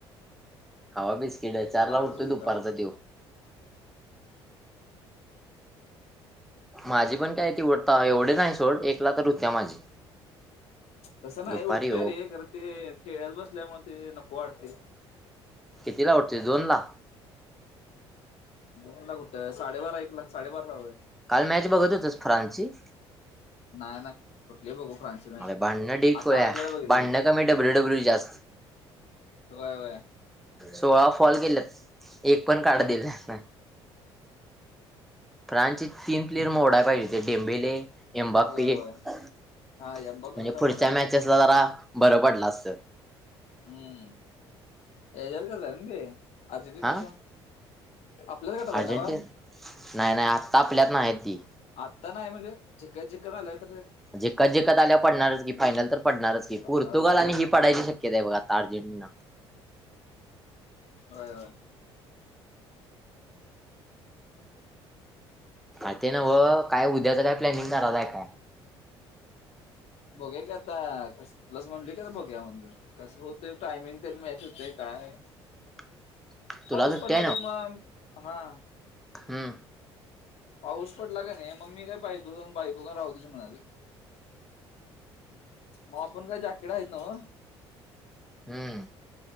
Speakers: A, in the centre; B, on the left.
A: खावा बिस्किटं चारला
B: पहाटच
A: उठतो
B: होते
A: दुपारचा
B: तेव्हा
A: त्यो माझी पण काय तीवडता एवढी नाही सोड एक लाखात होत्या माझी
B: तसं नाही
A: दुपारी
B: उठतोय
A: हो
B: रे खरं ते खेळत बसल्यामुळे ते नको वाटतय.
A: किती ला उठतोयस दोन ला
B: दोन ला कुठ साडेबारा एकला साडेबारा ला होय
A: काल मॅच बघत होतास फ्रान्सची
B: नाही नाही कुठली बघू फ्रान्सची मॅच
A: अरे भांडणं ढीग
B: आता
A: खुळ्या
B: हायलाच बघितली
A: भांडण
B: बघ
A: कमी डब्ल्यू डब्ल्यू जास्त
B: होय होय
A: सोळा फॉल गेल्यात एक पण कार्ड दिलं नाही. फ्रांन्स चे तीन प्लेयर मोडाय पाहिजे ते डेमंबेले एमबा
B: होय
A: पी
B: होय
A: म्हंणजे
B: हा एम्बापे वेला मोठा
A: पुढच्या
B: बघ
A: मॅचेसला जरा बरं पडलं असत.
B: हम्म <unintelligible> अर्जेंटिनाच्या
A: हा
B: आपल्याच गटात आहे
A: अर्जेंटिन
B: न्हवं
A: नाही नाही आत्ता आपल्यात नाही ती
B: आत्ता नाही म्हणजे झिकत झिकत आल्यात
A: जिकत जिकत आल्यावर पडणारच की फायनल तर पडणारच की
B: पडणारच
A: पोर्तुगाल आणि
B: की
A: ही पडायची शक्यता आहे बघ आता अर्जेंटिना
B: होय होय.
A: आ ते न्हवं हो काय उद्याच काय प्लॅनिंग करायलाय काय
B: बघूया की आता प्लस म्हणलोय की आता बघुया म्हणून कसं होतय टायमिंग तेन मॅच होतय का काय
A: <inaudible>
B: पाऊस
A: सुट्टी
B: पडला तर मग हा
A: हं
B: पाऊस पडला का नाही मग मी काय बाईको बाईको काय राहुदेच म्हणालोय. मग आपण काय जाॅकेट आहेत नव
A: हम्